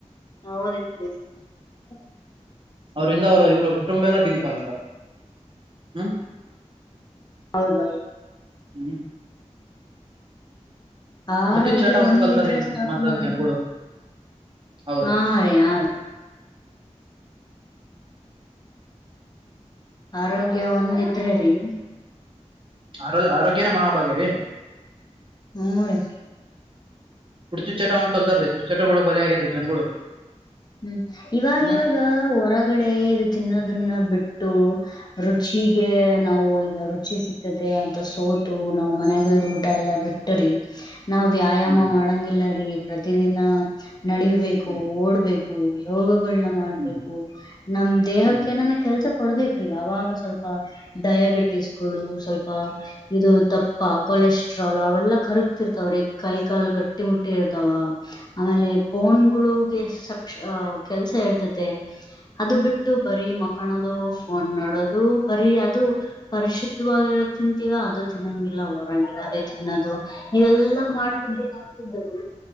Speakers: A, on the left; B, on the right.
A: ಹೌದ ಏನ್ ರೀ. <unintelligible>
B: ಅವರಿಂದ ಅವರು ಇವರ ಕುಟುಂಬ ಎಲ್ಲ ಬೀದಿಪಾಲ ಈಗ ಹು <unintelligible>
A: ಹೌದ ಹೌದ <unintelligible>
B: <unintelligible>
A: ಆ
B: ಕುಡ್ತಿ
A: ಆರೋಗ್ಯ
B: ಚೇಟ ಒಂದ್
A: ಒಂದಿದ್ರೆ
B: ಕಲ್ತಾರ್ರಿ ನಮ್
A: ಸಾಕು
B: ಸಮಾಜದಾಗ
A: ನೋಡರಿ.
B: ಜನಗಳು
A: <unintelligible>
B: ಹೌದ್ರಿ
A: ಹಾ ಯಾರ? <unintelligible> ಆರೋಗ್ಯ ಒಂದ ಇದರೆ ರೀ <unintelligible>
B: ಆರೋ ಆರೋಗ್ಯನ ಮಹಾಭಾಗ್ಯ ರೀ <unintelligible>
A: ಹೂ ಐ <unintelligible>
B: ಕೂಡಕೀ ಚಟ ಒಂದ ಕಲ್ತಾರೀ ದುಶ್ಚಟಗಳು ಬಲೀ ಆಗ್ಯಾರೀ ಜನಗಳು <unintelligible>
A: ಹೂ ಇವಾಗ
B: ಹ್ಮ್
A: ಇವಾಗ ಹೊರಗಡೆ ಇದು ತಿನ್ನೋದನ್ನ ಬಿಟ್ಟು <unintelligible> ರುಚಿಗೆ ನಾವು ಇಗ ರುಚಿ ಸಿಗ್ತದೆ ಅಂತ ಸೋತು ನಾವ ಮನಯಾಗಲ್ದ ಊಟ ಎ <unintelligible> ಎಲ್ಲಾ ಬಿಟ್ಟರಿ. <unintelligible> ನಾವ್ ವ್ಯಾಯಾಮ
B: ಹ್ಮ್
A: ಮಾಡಂಗಿಲ್ಲ ರೀ ಪ್ರತಿದಿನ ನಡಿಬೇಕು
B: ಹ್ಮ್
A: ಓಡ್ಬೇಕು. <unintelligible> ಹೂ ಯೋಗ <unintelligible> ಉಪಳನ ಮಾಡ್ಬೇಕು
B: ಹ್ಮ್
A: ನಮ್ಮ ದೇಹಕ್ಕೆ
B: ಹ್ಮ್
A: ನಾನ ಕೆಲಸ ಕೊಡಬೇಕರಿ ಅವಾಗ ಸ್ವಲ್ಪ <unintelligible> ಡಯಾಬಿಟಿಸಗಳು ಸ್ವಲ್ಪ ಇದು ದಪ್ಪ ಕೊಲೆಸ್ಟ್ರಾಲ್ ಅವೆಲ್ಲ ಕರ್ಕ್ತರ್ತವೆ. <unintelligible> ಬರಿ ಕೈ ಕಾಲ್ ಗಟ್ಟಿ ಮುಟ್ಟಿ ಇರ್ತಾವ ಆಮೇಲೆ ಬೋನ್ಗಳು ಸಪ <unintelligible> ಕ್ಷ ಕೆಲಸಾ ಇರ್ತತೆ ಅದು ಬಿಟ್ಟು ಬರೀ ಮಕನದು ಫೋನ್ ನೋಡೋದು. <unintelligible> ಬರೀ ಅದು ಪರಿಶುದ್ಧವಾಗಿ ತಿಂತೀವಾ ಅದು ತಿನ್ನಂಗಿಲ್ಲ ಹೊರಾಗಿನ ಅದೇ ತಿನ್ನೋದು. <unintelligible> ಇವೆಲ್ಲಾ ಮಾಡ್ತಿದ್ದು ಮಾಡ್ತಿದ್ದ